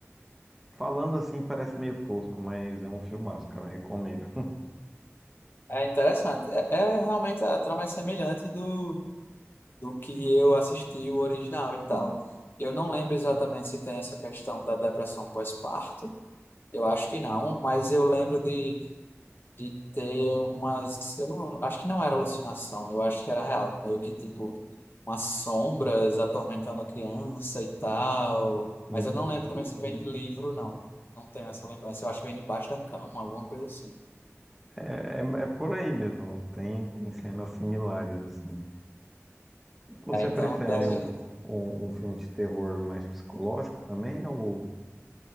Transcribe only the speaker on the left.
É interessante. É, é realmente a trama é semelhante do, do que eu assisti o original e tal. Eu não lembro exatamente se tem essa questão da depressão pós-parto. Eu acho que não, mas eu lembro de de ter umas. Eu não acho que não era alucinação, eu acho que era real. Meio que tipo, umas sombras atormentando a criança e tal.
Mas eu não lembro também se vem de livro, não. Não tenho essa lembrança. Eu acho que vem debaixo da cama, alguma coisa assim.
É, então
deve.